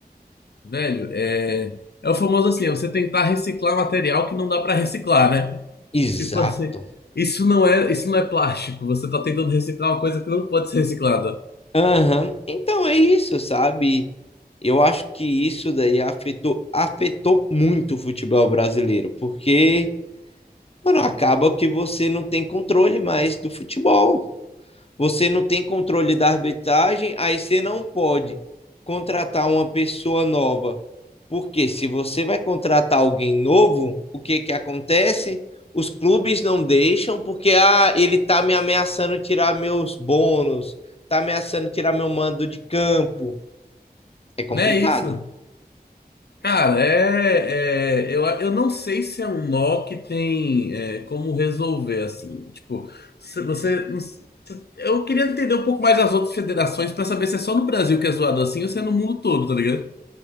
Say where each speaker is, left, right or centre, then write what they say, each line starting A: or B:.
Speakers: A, on the left; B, on the left.
A: Velho, é, é o famoso assim, é você tentar reciclar material que não dá pra reciclar, né?
B: Exato.
A: Tipo assim, isso não é, isso não é plástico, você tá tentando reciclar uma coisa que não pode ser reciclada.
B: Aham. Então é isso, sabe? Eu acho que isso daí afetou, afetou muito o futebol brasileiro, porque, mano, acaba que você não tem controle mais do futebol. Você não tem controle da arbitragem, aí você não pode contratar uma pessoa nova. Porque se você vai contratar alguém novo, o que que acontece? Os clubes não deixam porque ah, ele tá me ameaçando tirar meus bônus, tá ameaçando tirar meu mando de campo. É complicado.
A: Não é isso? Cara, é, é- eu, eu não sei se é um nó que tem é, como resolver, assim. Tipo, se você. não s- se- Eu queria entender um pouco mais as outras federações pra saber se é só no Brasil que é zoado assim ou se é no mundo todo, tá ligado?